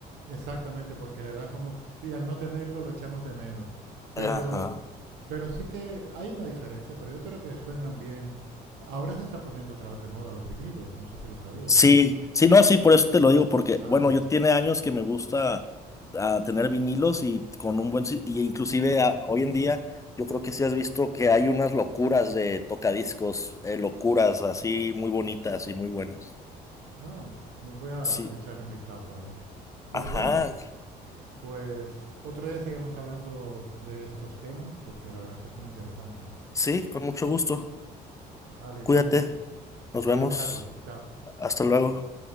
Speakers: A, on the right; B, on the left.
A: exactamente, porque le da como... Y al no tenerlo lo echamos de menos. Pero,
B: Ajá.
A: pero sí que hay una diferencia, pero yo creo que suenan bien. Ahora se están poniendo otra vez de moda los vinilos, no sé si lo sabías.
B: Sí, sí, no, sí, por eso te lo digo, porque,
A: Ajá.
B: bueno, yo tiene años que me gusta ah, tener vinilos y con un buen, si- y inclusive ah, hoy en día, yo creo que sí has visto que hay unas locuras de tocadiscos, eh, locuras así muy bonitas y muy buenas.
A: Ah, voy a
B: Sí,
A: echarle un vistazo a ver. Pues
B: ajá,
A: bueno. Pues otro día seguimos hablando de estos temas porque la verdad es que es muy interesante.
B: sí, con mucho gusto.
A: Vale, igualmente.
B: Cuídate,
A: Hasta
B: nos vemos,
A: luego, Carlos. Chao.
B: hasta luego.